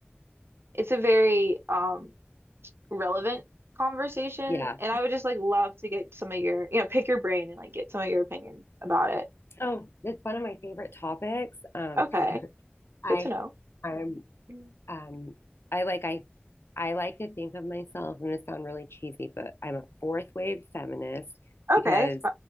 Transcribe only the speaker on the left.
Yeah.
Oh, it's one of my favorite topics. Um,
I
I'm,
um I like I I like to think of myself, I'm gonna sound really cheesy, but I'm a fourth wave feminist
because